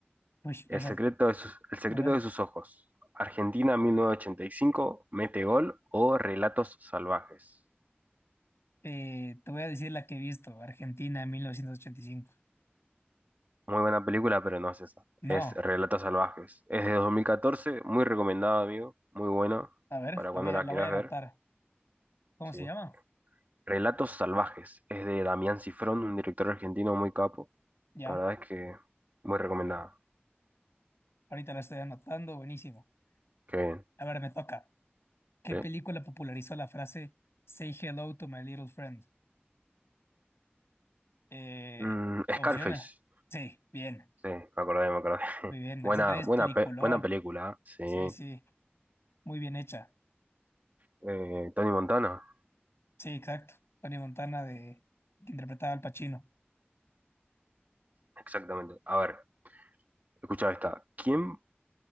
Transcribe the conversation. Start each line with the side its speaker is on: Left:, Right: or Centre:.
Left: Uy, pero
Right: El
Left: esa-
Right: secreto de sus, El secreto
Left: a ver.
Right: de sus ojos. Argentina 1985, Mete Gol o Relatos Salvajes.
Left: Eh, te voy a decir la que he visto. Argentina, 1985.
Right: Muy buena película, pero no es esa.
Left: No.
Right: Es Relatos Salvajes. Es de 2014, muy recomendada, amigo. Muy buena
Left: A ver,
Right: para
Left: la
Right: cuando
Left: voy a,
Right: la
Left: la
Right: quieras
Left: voy a anotar.
Right: ver.
Left: ¿Cómo
Right: Sí.
Left: se llama?
Right: Relatos Salvajes. Es de Damián Cifrón, un director argentino muy capo.
Left: Ya.
Right: La verdad es que muy recomendada.
Left: Ahorita la estoy anotando. Buenísimo.
Right: Qué bien.
Left: A ver, me toca. ¿Qué
Right: sí.
Left: película popularizó la frase Say hello to my little friend? Eh,
Right: Mm,
Left: opciones.
Right: Scarface.
Left: Sí, bien,
Right: Sí, me acordé, me acordé. <laughs>
Left: muy bien.
Right: Buena,
Left: Esa también es
Right: buena,
Left: peliculón.
Right: pe- buena película, ¿eh? sí.
Left: Sí, sí, muy bien hecha.
Right: Eh, Tony Montana.
Left: Sí, exacto. Tony Montana de que interpretaba al Pacino.
Right: Exactamente. A ver, escucha esta. ¿Quién